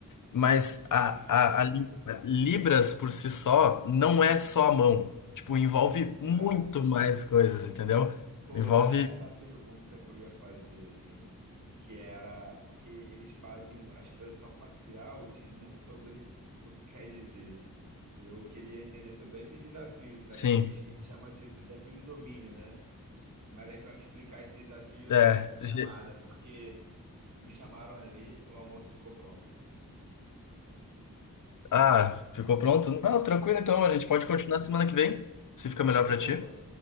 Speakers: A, on the left; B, on the right.
A: Mas
B: Cara,
A: a, a, a li- Libras por si só não é só a mão. Tipo, envolve
B: exato.
A: muito mais coisas,
B: Hum.
A: entendeu?
B: Pô,
A: Envolve,
B: era essa a pergunta que eu ia fazer, assim, que era porque eles fazem a expressão facial diz muito sobre o que quer dizer. Eu queria entender sobre esses desafios, desafios
A: sim.
B: que a gente chama de desafios de domínio, né? Mas aí você vai me explicar esse desafio na
A: É.
B: nossa próxima chamada,
A: ge-
B: porque me chamaram ali, o almoço ficou pronto.
A: Ah, ficou pronto? Não, tranquilo então,
B: Ficou.
A: a gente pode continuar semana que vem, se fica melhor pra
B: Boa.
A: ti.